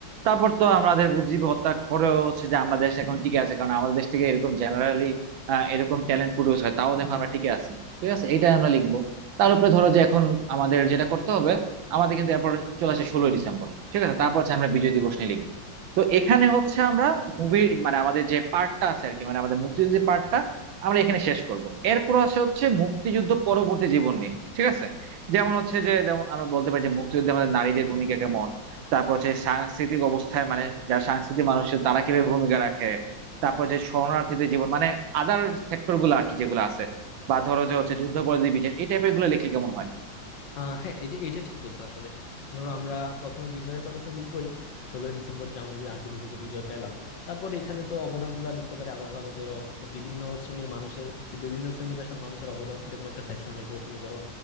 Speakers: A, on the right; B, on the left.
A: তারপর তো আমাদের বুদ্ধিজীবী হত্যা পরেও হচ্ছে যে আমরা দেশ এখন টিকে আছে কারণ আমাদের দেশ থেকে এরকম জেনারেলি এরকম ট্যালেন্ট প্রডিউস হয় তাও দেখো আমরা টিকে আছি ঠিক আছে এটা আমরা লিখবো তার উপরে ধরো যে এখন আমাদের যেটা করতে হবে আমাদের কিন্তু এরপর চলে আসে ষোলোই ডিসেম্বর ঠিক আছে তারপর হচ্ছে আমরা বিজয় দিবস নিয়ে লিখবো তো এখানে হচ্ছে আমরা মুভি মানে আমাদের যে পার্টটা আছে আর কি মানে আমাদের মুক্তিযুদ্ধের যে পার্টটা আমরা এখানে শেষ করব এরপর আসে হচ্ছে মুক্তিযুদ্ধ পরবর্তী জীবন নিয়ে ঠিক আছে যেমন হচ্ছে যে যেমন আমরা বলতে পারি যে মুক্তিযুদ্ধে আমাদের নারীদের ভূমিকা কেমন তারপর হচ্ছে সাংস্কৃতিক অবস্থায় মানে যারা সাংস্কৃতিক মানুষের তারা কিভাবে ভূমিকা রাখে তারপর যে শরণার্থীদের জীবন মানে আদার সেক্টর গুলো আর কি যেগুলো আছে বা ধরো যে হচ্ছে যুদ্ধাপরাধী বিচার এই টাইপের গুলো লিখলে কেমন হয়
B: আহ হ্যাঁ এটা এটা ঠিক বলছো আসলে ধরো আমরা প্রথমে বিজয়ের কথা তো লিখবোই ষোলোই ডিসেম্বর যে আমাদের আলটিমেটলি যে বিজয় পেলাম তারপর এখানে তো অবদানগুলো লিখতে পারি আলাদাভাবে ধরো বিভিন্ন শ্রেণীর মানুষের বিভিন্ন শ্রেণী পেশার মানুষের অবদান এরকম একটা সেকশন রেখে ওখানে ধরো